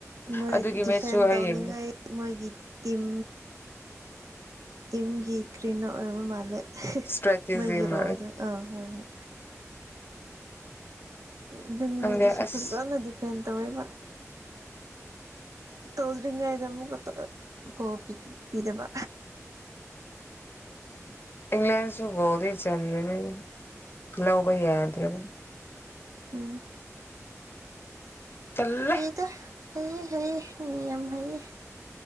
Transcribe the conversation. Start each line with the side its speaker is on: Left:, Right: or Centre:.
Right: ꯃꯣꯏ
Left: ꯑꯗꯨꯒꯤ
Right: ꯗꯤꯐꯦꯟ
Left: ꯃꯦꯠꯁꯁꯨ ꯑꯩ
Right: ꯇꯧꯅꯤꯡꯉꯥꯏ
Left: ꯌꯦꯡꯗꯦ
Right: ꯃꯣꯏꯒꯤ ꯇꯤꯝ ꯇꯤꯝꯒꯤ ꯀ꯭ꯔꯤꯅꯣ ꯑꯣꯏꯕ ꯃꯥꯜꯂꯦ
Left: ꯏꯁꯇ꯭ꯔꯦꯇꯤꯖꯤ
Right: ꯃꯣꯏꯒꯤ
Left: ꯃꯥꯜꯂꯦ
Right: ꯔꯣꯗ ꯑ ꯍꯣꯏ ꯍꯣꯢ ꯑꯗꯨ ꯅꯨꯃꯤꯠꯗꯨꯁꯨ
Left: ꯈꯪꯗꯦ ꯑꯁ
Right: ꯐꯖꯅ ꯗꯤꯐꯦꯟ ꯇꯧꯋꯦꯕ ꯇꯧꯗ꯭ꯔꯤꯉꯩꯗ ꯑꯃꯨꯛꯀ ꯇꯣ ꯒꯣꯜ ꯄꯤ ꯄꯤꯗꯕ
Left: ꯏꯪꯂꯦꯟꯁꯨ ꯒꯣꯜꯗꯤ ꯆꯟꯕꯅꯦ ꯂꯧꯕ ꯌꯥꯗ꯭ꯔꯕ
Right: ꯎꯝ
Left: ꯇꯜꯂꯦ
Right: ꯇꯥ ꯍꯩꯌꯦ ꯍꯩꯌꯦ ꯃꯤ ꯌꯥꯝ ꯍꯩꯌꯦ